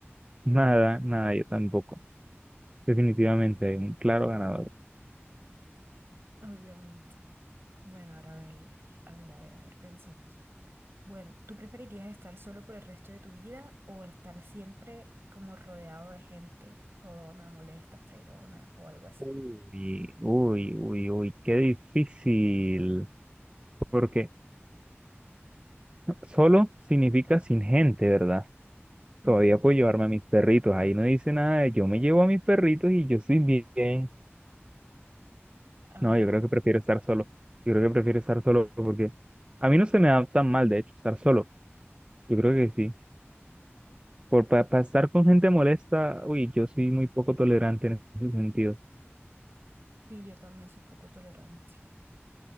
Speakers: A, on the right (about 25°); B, on the right (about 60°).
A: Nada, nada, yo tampoco. Definitivamente, un claro ganador.
B: Obviamente. Bueno, ahora a ver, a ver, a ver, a ver, pensemos. Bueno, ¿tú preferirías estar solo por el resto de tu vida o estar siempre como rodeado de gente jodona, molesta, fregona o algo así?
A: Uy, uy, uy, uy, qué difícil. Porque Solo significa sin gente, ¿verdad?
B: Ujú.
A: Todavía puedo llevarme a mis perritos. Ahí no dice nada de yo me llevo a mis perritos y yo estoy bien.
B: Ah,
A: No,
B: bueno,
A: yo creo que prefiero estar solo. Yo creo que prefiero estar solo porque a mí no se me da tan mal, de hecho, estar solo. Yo creo que sí. Por para estar con gente molesta, uy, yo soy muy poco tolerante en ese sentido.
B: sí, yo también soy poco tolerante.